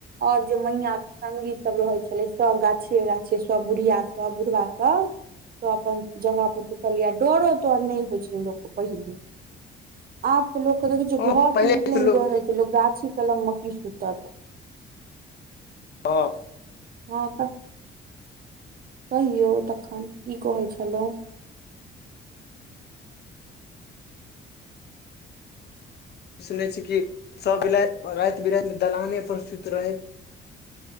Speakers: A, on the right; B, on the left.
A: और जे मैयके संगी सभ रहै छलै सभ गाछे गाछे सभ बुढ़ियास सभ बुढ़वाभ सब तो अपन जगह पर सुतलियै डरो तोर नहि होइ छै लोकके पहिले आब के लोकके देखै छ
B: हूं
A: घर
B: पहिले
A: से निकले
B: तऽ
A: मे
B: लोक
A: डर होइ छै लोक गाछी कलम मे की सुतत
B: हँ
A: हँ कहियौ तखन की कहै छलहुं
B: सुने छी कि सबाति राति बिराति मे दलाने प्रसुित रहै <inaudible>